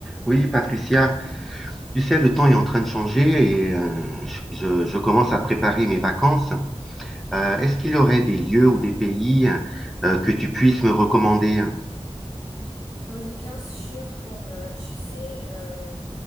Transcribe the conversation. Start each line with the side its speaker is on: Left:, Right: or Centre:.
Centre: Oui, Patricia, tu sais, le temps est en train de changer et euh, je, je commence à préparer mes vacances. Euh, est-ce qu'il y aurait des lieux ou des pays euh, que tu puisses me recommander?
Left: Oui, bien sûr, comme euh, tu sais euh,